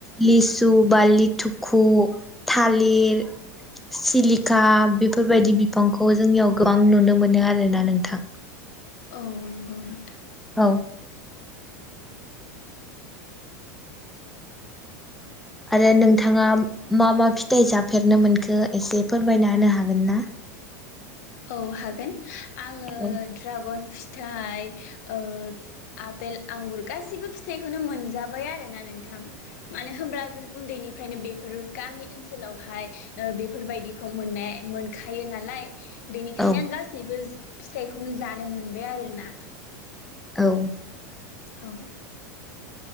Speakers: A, in the centre; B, on the left (about 65°).
A: लिसु बा लिथुखु थालिर सिलिखा बेफोरबायदि बिफांखौ जोंनियाव गोबां नुनो मोनो आरोना नोंथां
B: औ नंगौ नोंथां
A: औ आरो नोंथाङा मा मा फिथाइ जाफेरनो मोनखो एसे फोरमायना होनो हागोन ना
B: औ हागोन आङो
A: औ
B: ड्रागन फिथाइ ओ आपेल आंगुर गासिबो फिथाइखौनो मोनजाबाय आरोना नोंथां माने होमब्ला जों उन्दैनि फ्रायनो बेफोर गामि ओनसोलावहाय बेफोरबायदिखौ मोननाय मोनखायो नालाय <inaudible> बेनिखायनो
A: औ
B: आं गासैबो फिथाइखौनो जानो मोनबाय आरो ना
A: औ
B: औ